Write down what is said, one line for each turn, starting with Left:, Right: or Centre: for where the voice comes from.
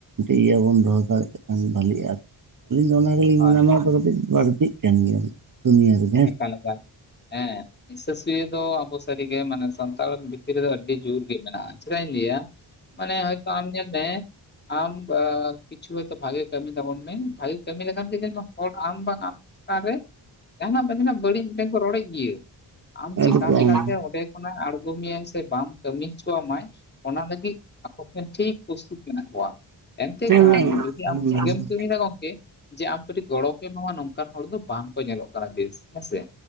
Right: ᱤᱭᱟᱹ ᱵᱚᱱ ᱫᱚᱦᱚ ᱫᱟᱲᱮᱭᱟᱜ ᱠᱷᱟᱱ ᱵᱷᱟᱹᱞᱤᱜᱼᱟ ᱟᱨ ᱟᱹᱞᱤᱧ ᱫᱚ ᱚᱱᱟ ᱜᱮᱞᱤᱧ
Left: ᱦᱳᱭ
Right: ᱢᱮᱱᱟ ᱱᱚᱶᱟ ᱫᱚ ᱠᱟᱹᱴᱤᱡ ᱵᱟᱹᱲᱛᱤ ᱠᱟᱱ ᱜᱮᱭᱟ ᱫᱤᱭᱮ
Left: ᱮᱠᱟᱞ ᱮᱠᱟᱞ ᱦᱮᱸ ᱦᱤᱥᱟᱹ ᱥᱤᱭᱟᱹ ᱫᱚ ᱟᱵᱚ ᱥᱟᱹᱨᱤᱜᱮ ᱢᱟᱱᱮ ᱥᱟᱱᱛᱟᱲ ᱵᱷᱤᱛᱤᱨ ᱨᱮᱫᱚ ᱟᱹᱰᱤ ᱡᱳᱨ ᱜᱮ ᱢᱮᱱᱟᱜᱼᱟ ᱪᱮᱫᱟᱜ ᱤᱧ ᱞᱟᱹᱭ-ᱟ? ᱢᱟᱱᱮ ᱦᱚᱭᱛᱚ ᱟᱢ ᱧᱮᱞ ᱢᱮ ᱟᱢ ᱠᱤᱪᱷᱩ ᱦᱚᱭᱛᱚ ᱵᱷᱟᱜᱮ ᱠᱟᱹᱢᱤ ᱛᱟᱵᱚᱱ ᱢᱮ ᱵᱷᱟᱜᱮ ᱠᱟᱹᱢᱤ ᱞᱮᱠᱷᱟᱱ ᱦᱚᱲ ᱟᱢ ᱵᱟᱝ ᱟᱢ ᱛᱟᱱ ᱨᱮ ᱡᱟᱦᱟᱱᱟᱜ ᱵᱟᱹᱲᱤᱡ ᱢᱤᱫ ᱴᱮᱱ ᱠᱚ ᱨᱚᱲᱮᱫ ᱜᱤᱭᱟᱹ ᱟᱢ
Right: ᱟᱹᱰᱤ
Left: ᱪᱮᱠᱟ
Right: ᱠᱚᱢ ᱦᱮᱸ
Left: ᱞᱮᱠᱟᱛᱮ ᱚᱸᱰᱮ ᱚᱱᱟ ᱟᱬᱸᱜᱚ ᱢᱮᱭᱟᱭ ᱥᱮ ᱵᱟᱢ ᱠᱟᱹᱢᱤ ᱦᱚᱪᱚᱣᱟ ᱢᱟᱭ ᱚᱱᱟ ᱞᱟᱹᱜᱤᱫ ᱟᱠᱚ ᱴᱷᱮᱱ ᱴᱷᱤᱠ ᱯᱨᱚᱥᱛᱩᱛ ᱢᱮᱱᱟᱜ ᱠᱚᱣᱟ ᱮᱱᱛᱮ
Right: ᱟᱹᱰᱤ
Left: ᱠᱷᱟᱱ ᱡᱩᱫᱤ
Right: ᱠᱚᱢ
Left: ᱟᱢ ᱵᱷᱟᱜᱮᱢ ᱠᱟᱹᱢᱤᱭᱮᱫᱟ ᱜᱚᱢᱠᱮ ᱡᱮ ᱟᱢ ᱠᱟᱹᱴᱤᱡ ᱜᱚᱲᱚ ᱠᱚ ᱮᱢᱟᱢᱟ ᱱᱚᱝᱠᱟᱱ ᱦᱚᱲ ᱫᱚ ᱵᱟᱝ ᱠᱚ ᱧᱮᱞᱚᱜ ᱠᱟᱱᱟ ᱵᱮᱥ ᱦᱮᱸᱥᱮ